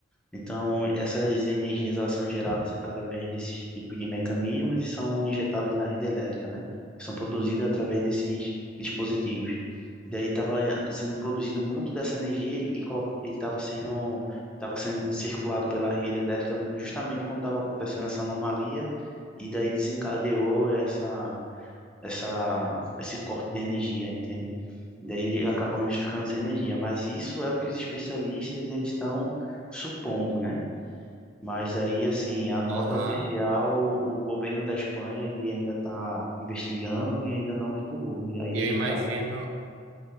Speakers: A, in the centre; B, on the right.
A: Então, essas energias elas são geradas através desses tipos de mecanismos e são injetadas na rede elétrica, né? São produzidas através desses dispositivos. E daí estava sendo produzido muito dessa energia e estava sendo, estava sendo circulado pela rede elétrica justamente quando estava acontecendo essa anomalia e daí desencadeou essa, essa, esse corte de energia, entende? E daí acabamos ficando sem energia. Mas isso é o que os especialistas eles estão supondo, né? Mas aí, assim, a nota
B: Aham.
A: oficial, o governo da Espanha, ele ainda está investigando e ainda não divulgou. E aí
B: E
A: a gente
B: Eu imagino,
A: tá...